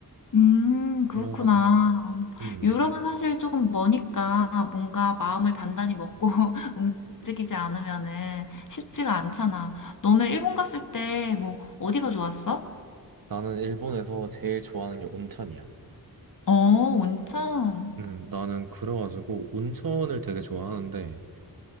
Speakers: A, on the left (about 55°); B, on the right (about 65°).
A: 음, 그렇구나.
B: 그래가지고, 음.
A: 유럽은 사실 조금 머니까 뭔가 마음을 단단히 먹고 <laughs> 움직이지 않으면은 쉽지가 않잖아. 너는 일본 갔을 때 뭐 어디가 좋았어?
B: 나는 일본에서 제일 좋아하는 게 온천이야.
A: 어, 온천.
B: 음, 나는 그래가지고 온천을 되게 좋아하는데